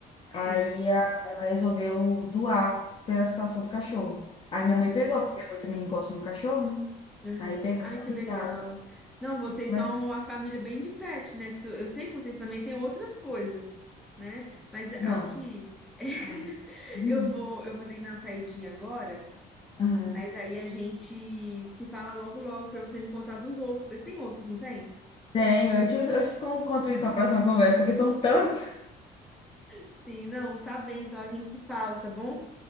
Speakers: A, in the centre; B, on the left.
A: Sim.
B: Aí a- ela resolveu doar pela situação do cachorro. Aí minha
A: Uhum.
B: mãe pegou, porque minha mãe também gosta de cachorro, né?
A: Aham.
B: Aí pegamos
A: Ai, que
B: e
A: legal.
B: tá.
A: Não, vocês
B: Mas,
A: são uma família bem de pet, né? Que isso- Eu sei que vocês também têm outras coisas, né? Mas aqui
B: não.
A: <laughs>
B: ah, hum,
A: eu vou, eu vou ter que dar uma saidinha agora,
B: aham.
A: mas aí a gente se fala logo logo pra você me contar dos outros. Vocês têm outros, não tem?
B: Tenho, eu te, eu te conto isso na próxima conversa, porque são tantos.
A: Sim, não, tá bem, então a gente se fala, tá bom?